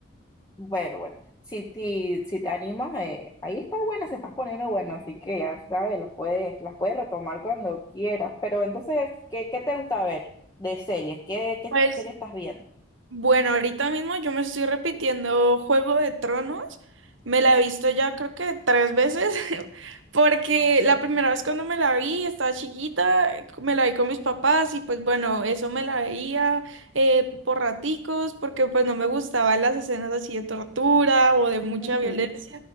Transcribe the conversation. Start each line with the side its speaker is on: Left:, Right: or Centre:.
Left: Bueno, bueno, si, si, si te animas, eh, ahí está buena, se está poniendo buena, así que ya sabes, las puedes, las puedes retomar cuando quieras. Pero entonces, ¿qué, qué te gusta ver de series? ¿Qué, qué
Right: Pues
Left: serie estás viendo?
Right: Bueno, ahorita mismo yo me estoy repitiendo Juego de Tronos. Me la he visto ya creo que tres veces, <laughs> porque la primera vez cuando me la vi estaba chiquita, eh, me la vi con mis papás y pues bueno, eso me la veía eh, por raticos, porque pues no me gustaban las escenas así de tortura o de mucha
Left: Ujú.
Right: violencia.